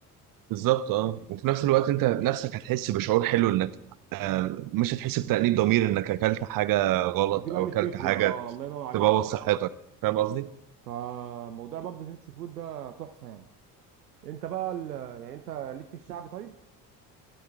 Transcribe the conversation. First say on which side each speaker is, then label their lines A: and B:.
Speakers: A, on the right; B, on the right.
A: بالظبط اه وفي نفس الوقت انت نفسك هتحس بشعور حلو انك آه، مش هتحس بتأنيب ضمير انك اكلت حاجه غلط
B: دي بقى
A: او
B: اللي
A: اكلت
B: بتفرق
A: حاجه
B: بقى اه الله ينور عليك
A: تبوظ
B: كده
A: صحتك فاهم قصدي؟
B: فموضوع برضو الهيلثي فود ده تحفه يعني انت بقى ال... يعني انت ليك في الشعبي طيب